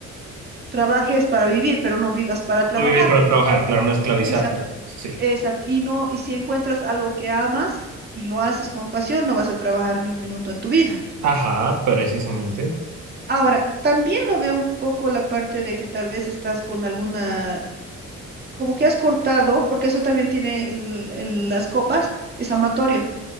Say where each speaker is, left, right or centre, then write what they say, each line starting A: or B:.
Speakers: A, on the right (about 35°); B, on the right (about 65°).
A: trabajes para vivir, pero no vivas para trabajar?
B: No vivir para trabajar, claro, no esclavizar,
A: Exacto.
B: pero sí.
A: Exacto. Y no, y si encuentras algo que amas y lo haces con pasión, no vas a trabajar ni un minuto en tu vida.
B: Ajá, precisamente.
A: Ahora, también lo veo un poco la parte de que tal vez estás con alguna, como que has cortado, porque eso también tiene el- el- las copas, es amatorio.